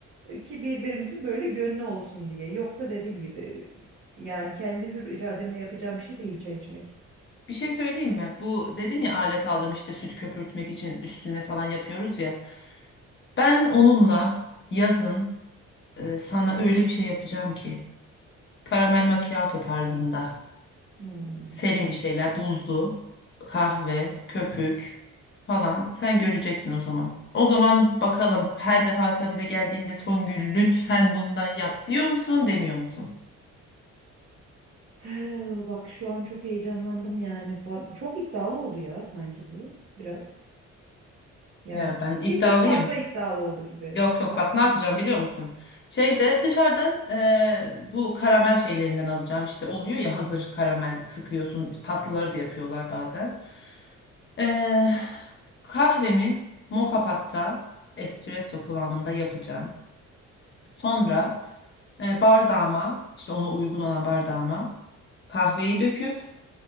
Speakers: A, on the right (about 45°); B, on the left (about 40°).
A: E, ki birbirimizin böyle gönlü olsun diye. Yoksa dediğim gibi yani kendi hür irademle yapacağım bir şey değil çay içmek.
B: Bir şey söyleyeyim mi? Bu dedim ya alet aldım işte süt köpürtmek için üstüne falan yapıyoruz ya. Ben onunla yazın e, sana öyle bir şey yapacağım ki karamel macchiato tarzında
A: Hmm.
B: serin bir şeyler buzlu kahve köpük falan sen göreceksin o zaman. O zaman bakalım her defasında bize geldiğinde Songül lütfen bundan yap diyor musun demiyor musun?
A: <sighs> Bak şu an çok heyecanlandım yani. Ban- Çok iddialı oldu ya sanki bu biraz. Yani
B: Ya ben iddialıyım.
A: bir tık fazla iddialı oldu gibi
B: Yok yok
A: sanki.
B: bak ne yapacağım biliyor musun? Şeyde dışarıdan eee, bu karamel şeylerinden alacağım işte oluyor ya hazır karamel sıkıyorsun tatlıları da yapıyorlar bazen. Eee, kahvemi moka patta espresso kıvamında yapacağım. Sonra eee, bardağıma işte ona uygun olan bardağıma kahveyi döküp